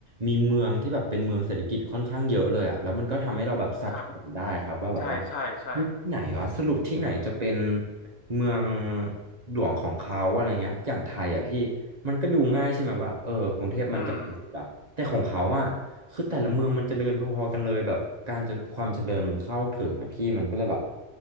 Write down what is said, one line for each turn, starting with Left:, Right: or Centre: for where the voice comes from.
Right: มีเมืองที่แบบเป็นเมืองเศรษฐกิจค่อนข้างเยอะเลยอ่ะแล้วมันก็ทำให้เราแบบสับสนได้ครับว่าแบบว่า
Left: ครับใช่ใช่ใช่
Right: เฮ้ยที่ไหนวะสรุปที่ไหนจะเป็นเมืองหลวงของเขาอะไรเงี้ยอย่างไทยอ่ะพี่ มันก็ดูง่ายใช่ไหมว่าเออกรุงเทพมันเจริญสุดอะแต่ของเขาอะคือแต่ละเมืองมันเจริญพอๆกันเลยแบบการจะความเจริญมันเข้าถึงอะพี่มันก็เลยแบบ
Left: อืม